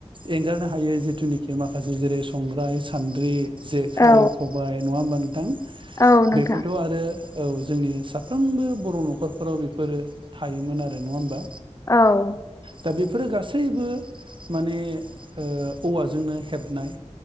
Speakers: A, on the right; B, on the left.
A: एंगारनो हायै जिथुनिखि माखासे जेरै संग्राय, सान्द्रि, जेखाइ
B: औ
A: खबाइ, नङा होमबा नोंथां?
B: औ नोंथां
A: बेफोरथ' आरो औ जोंनि साफ्रोमबो बर' न'खरफोराव बेफोरो थायोमोन आरो नङा होमबा?
B: औ
A: दा बेफोरो गासैबो माने ओ औवाजोंनो हेबनाय।